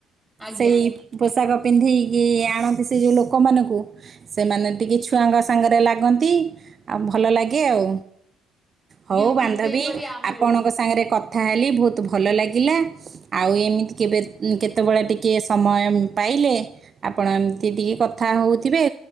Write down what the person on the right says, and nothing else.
ସେଇ ପୋଷାକ ପିନ୍ଧିକି ଆଣନ୍ତି ସେ ଯୋଉ ଲୋକ ଲୋକମାନଙ୍କୁ ସେମାନେ ଟିକେ ଛୁଆଙ୍କ ସାଙ୍ଗରେ ଲାଗନ୍ତି ଆଉ ଭଲ ଲାଗେ ଆଉ ହଉ
ବାନ୍ଧବୀ
ଆପଣଙ୍କ
ସାଙ୍ଗରେ ତାହେଲେ ବହୁତ ଭଲ ଲାଗିଲା ଆଉ ଏମିତି କେବେ କେତେବେଳେ ଟିକଏ ସମୟ ପାଇ ଆ କଥା ହଉଥିବେ